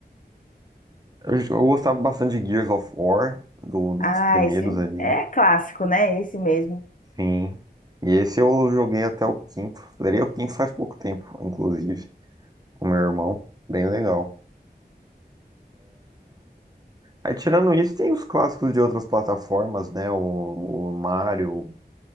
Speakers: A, on the right; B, on the left.
A: eu, eu gostava bastante de Gears of War, do-
B: Ah,
A: dos primeiros
B: esse
A: ali.
B: é clássico, né? Esse mesmo.
A: Sim. E esse eu joguei até o quinto. Zerei o quinto faz pouco tempo, inclusive, com meu irmão. Bem legal. Aí, tirando isso, tem os clássicos de outras plataformas, né? O, o Mario,